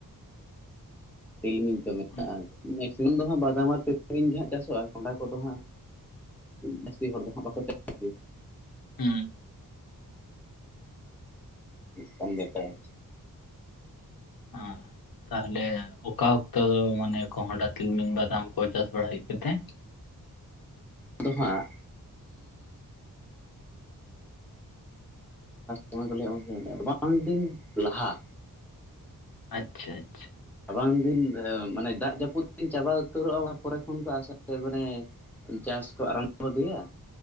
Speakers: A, in the centre; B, on the left (about 75°).
A: ᱛᱤᱞᱢᱤᱧ ᱠᱚ ᱢᱮᱛᱟᱜᱼᱟ
B: ᱦᱩᱸ
A: ᱢᱮᱥᱤᱢᱟᱢ ᱫᱚ ᱦᱟᱸᱜ ᱵᱟᱫᱟᱢ ᱟᱨ ᱛᱤᱞᱢᱤᱧ ᱜᱮ ᱦᱟᱸᱜ ᱪᱟᱥᱚᱜᱼᱟ ᱠᱚᱸᱰᱰᱟ ᱠᱚᱫᱚ ᱦᱟᱸᱜ ᱡᱟᱹᱥᱛᱤ ᱦᱚᱲ ᱫᱚ ᱦᱟᱸᱜ ᱵᱟᱠᱚ ᱪᱟᱥᱟᱥ ᱜᱮᱭᱟ
B: ᱦᱮᱸ
A: ᱠᱷᱚᱱ ᱵᱮᱯᱟᱨ
B: ᱟᱨ ᱛᱟᱦᱚᱞᱮ ᱚᱠᱟ ᱚᱠᱛᱚ ᱫᱚ ᱢᱟᱱᱮ ᱠᱚᱦᱚᱸᱰᱟ ᱛᱤᱞᱢᱤᱧ ᱵᱟᱫᱟᱢ ᱠᱚ ᱪᱟᱥ ᱵᱟᱲᱟ ᱦᱩᱭᱩᱜ ᱠᱟᱛᱮ <inaudible>
A: ᱫᱚ ᱦᱟᱸᱜ ᱥᱚᱭ ᱠᱚ ᱞᱵᱟᱝ ᱫᱤᱱ ᱞᱟᱦᱟ
B: ᱟᱪᱪᱷᱟ ᱟᱪᱪᱷᱟ
A: ᱨᱟᱵᱟᱝ ᱫᱤᱱ ᱢᱟᱱᱮ ᱫᱟᱜ ᱡᱟᱹᱯᱩᱫ ᱫᱤᱱ ᱪᱟᱵᱟ ᱩᱛᱟᱹᱨᱚᱜᱼᱟ ᱚᱱᱟ ᱯᱚᱨᱮ ᱠᱷᱚᱱ ᱠᱚ ᱟᱥᱟ ᱢᱟᱱᱮ ᱪᱟᱥ ᱠᱚ ᱟᱨᱟᱢ ᱟᱫᱮᱭᱟ